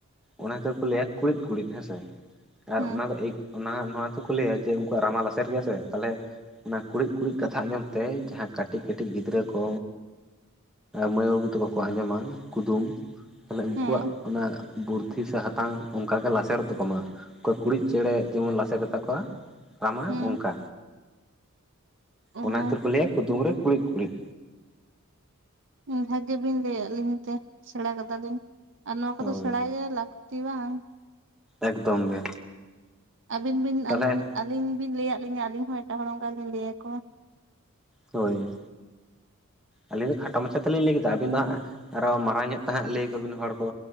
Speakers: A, in the centre; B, on the right.
A: ᱚᱱᱟ ᱠᱚ ᱠᱚ ᱞᱟᱹᱭᱟ ᱠᱩᱲᱤᱫ ᱠᱩᱲᱤᱫ ᱦᱮᱸ ᱥᱮ ᱟᱨ
B: ᱦᱮᱸ
A: ᱚᱱᱟ ᱫᱚ ᱮ ᱚᱱᱟ ᱱᱚᱣᱟ ᱛᱮᱠᱚ ᱞᱟᱹᱭᱟ ᱡᱮ ᱩᱱᱠᱩᱣᱟᱜ ᱨᱟᱢᱟᱞ ᱞᱟᱥᱮᱨ ᱜᱮᱭᱟ ᱥᱮ ᱛᱟᱦᱮᱞᱮ ᱚᱱᱟ ᱠᱩᱲᱤᱫ ᱠᱩᱲᱤᱫ ᱠᱟᱛᱷᱟ ᱟᱸᱡᱚᱢ ᱛᱮ ᱡᱟᱦᱟᱸ ᱠᱟᱴᱤᱡ ᱠᱟᱹᱴᱤᱡ ᱠᱟᱹᱴᱤᱡ ᱜᱤᱫᱽᱨᱟᱹ ᱠᱚ ᱢᱟᱹᱭ ᱵᱟᱹᱵᱩ ᱛᱮᱠᱚ ᱠᱚ ᱟᱸᱡᱚᱢᱟ ᱠᱩᱫᱩᱢ ᱛᱟᱦᱮᱞᱮ ᱩᱱᱠᱩᱣᱟᱜ
B: ᱦᱮᱸ
A: ᱚᱱᱟ ᱵᱩᱨᱫᱽᱫᱷᱤ ᱥᱮ ᱦᱟᱛᱟᱝ ᱚᱱᱠᱟ ᱜᱮ ᱞᱟᱥᱮᱨ ᱛᱟᱠᱚᱢᱟ ᱚᱠᱚᱭ ᱠᱩᱲᱤᱫ ᱪᱮᱬᱮ ᱡᱮᱢᱚᱱ ᱞᱟᱥᱮᱨ ᱛᱟᱠᱚᱣᱟ ᱨᱟᱢᱟ
B: ᱦᱮᱸ
A: ᱚᱱᱠᱟ
B: ᱚ
A: ᱚᱱᱟ ᱠᱷᱟᱹᱛᱤᱨ ᱠᱚ ᱞᱟᱹᱭᱟ ᱠᱩᱫᱩᱢ ᱨᱮ ᱠᱩᱲᱤᱫ ᱠᱩᱲᱤᱫ
B: ᱵᱷᱟᱹᱜᱤ ᱵᱤᱱ ᱞᱟᱹᱭ ᱟᱫ ᱞᱤᱧ ᱛᱮ ᱥᱮᱬᱟ ᱠᱟᱫᱟᱞᱤᱧ ᱟᱨ ᱱᱚᱣᱟ ᱠᱚᱫᱚ
A: ᱦᱳᱭ
B: ᱥᱮᱬᱟᱭ ᱜᱮ ᱞᱟᱹᱠ ᱛᱤ ᱵᱟᱝ
A: ᱮᱠᱫᱚᱢ ᱜᱮ
B: ᱟᱹᱵᱤᱱ ᱵᱤᱱ
A: ᱛᱟᱦᱚᱞᱮ
B: ᱟᱹᱞᱤ ᱟᱹᱞᱤᱧ ᱵᱤᱱ ᱞᱟᱹᱭᱟᱫ ᱞᱤᱧᱟᱹ ᱟᱹᱞᱤᱧ ᱦᱚᱸ ᱮᱴᱟᱜ ᱦᱚᱲ ᱚᱱᱠᱟᱞᱤᱧ ᱞᱟᱹᱭ ᱟᱠᱚ
A: ᱦᱚᱭ ᱟᱹᱞᱤᱧ ᱫᱚ ᱠᱷᱟᱴᱚ ᱢᱟᱪᱷᱟ ᱛᱮᱞᱤᱧ ᱞᱟᱹᱭ ᱠᱮᱫᱟ ᱟᱹᱵᱤᱱ ᱫᱚ ᱦᱟᱸᱜ ᱟᱨᱚ ᱢᱟᱨᱟᱝ ᱧᱚᱜ ᱛᱮ ᱦᱟᱸᱜ ᱞᱟᱹᱭᱟᱠᱚᱵᱤᱱ ᱦᱚᱲ ᱠᱚ